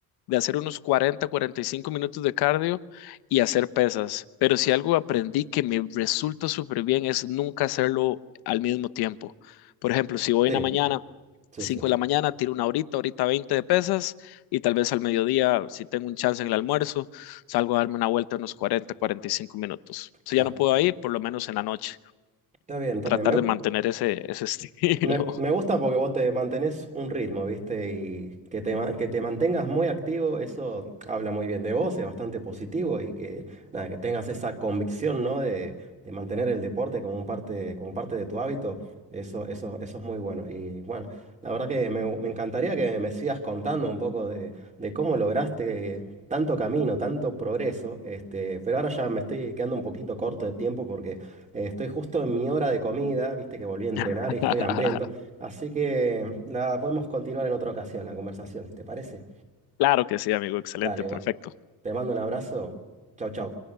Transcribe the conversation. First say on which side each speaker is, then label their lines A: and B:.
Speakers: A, on the left (about 75°); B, on the right (about 20°).
A: de hacer unos cuarenta cuarenta y cinco minutos de cardio y hacer pesas. Pero si algo aprendí que me resulta súper bien es nunca hacerlo al mismo tiempo. Por ejemplo, si voy
B: Sí,
A: en la mañana
B: sí,
A: 5
B: sí.
A: de la mañana, tiro una horita, horita 20 de pesas y tal vez al mediodía, si tengo un chance en el almuerzo, salgo a darme una vuelta unos cuarenta cuarenta y cinco minutos. Si
B: Claro.
A: ya no puedo ir, por lo menos en la noche,
B: Está bien, está
A: tratar
B: bien. Me,
A: de mantener ese, ese estilo.
B: Me, me gusta porque vos te mantenés un ritmo, ¿viste? Y que te, ma- que te mantengas muy activo, eso habla muy bien de vos, es bastante positivo y que, nada, que tengas esa convicción, ¿no? De, de mantener el deporte como un parte, como parte de tu hábito, eso, eso, eso es muy bueno. Y bueno, la verdad que me, me encantaría que me sigas contando un poco de, de cómo lograste tanto camino, tanto progreso, este, pero ahora ya me estoy quedando un poquito corto de tiempo porque... Eh, Estoy justo en mi hora de comida, viste que volví a entrenar
A: <laughs>
B: y estoy hambriento, así que la podemos continuar en otra ocasión la conversación, si te parece.
A: Claro que sí, amigo, excelente,
B: Dale,
A: perfecto.
B: guay. Te mando un abrazo. Chau, chau.